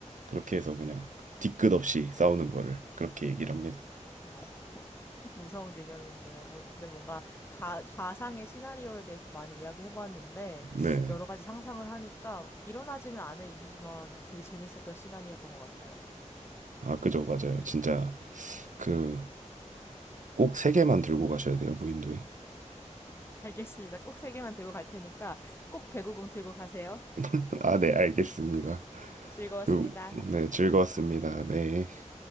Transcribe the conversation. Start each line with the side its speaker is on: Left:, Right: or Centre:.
Right: 그렇게 해서 그냥 뒤끝 없이 싸우는 거를 그렇게 얘기를 합니다.
Left: 와, 무서운 개념이네요. 오늘 뭔가 가, 가상의 시나리오에 대해서 많이 이야기해봤는데,
Right: 네.
Left: 여러 가지 상상을 하니까 일어나지는 않을 일이지만 되게 재밌었던 시간이었던 것 같아요.
Right: 아, 그죠, 맞아요. 진짜 그 꼭 세 개만 들고 가셔야 돼요, 무인도에.
Left: 알겠습니다. 꼭 세 개만 들고 갈 테니까 꼭 배구공 들고 가세요.
Right: <laughs> 아, 네, 알겠습니다.
Left: 즐거웠습니다.
Right: 그, 네, 즐거웠습니다. 네.